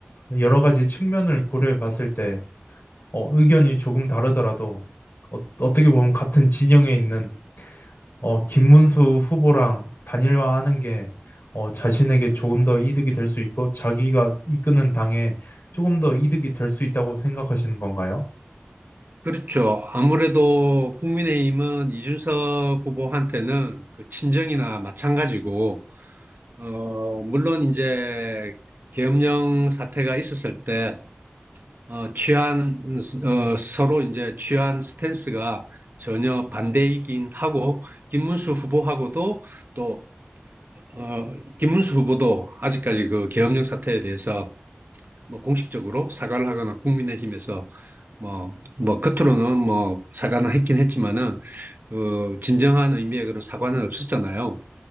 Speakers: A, on the left; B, on the right.
A: 여러 가지 측면을 고려해 봤을 때 어, 의견이 조금 다르더라도 어, 어떻게 보면 같은 진영에 있는 어, 김문수 후보랑 단일화하는 게 어, 자신에게 조금 더 이득이 될 수 있고 자기가 이끄는 당에 조금 더 이득이 될 수 있다고 생각하시는 건가요?
B: 그렇죠. 아무래도 국민의힘은 이준석 후보한테는 그 친정이나 마찬가지고 어, 물론 이제 계엄령 사태가 있었을 때 어, 취한, 어, 서로 이제 취한 스탠스가 전혀 반대이긴 하고, 김문수 후보하고도 또, 어, 김문수 후보도 아직까지 그 계엄령 사태에 대해서 뭐 공식적으로 사과를 하거나 국민의힘에서 뭐, 뭐, 겉으로는 뭐 사과는 했긴 했지만은, 어, 진정한 의미의 그런 사과는 없었잖아요.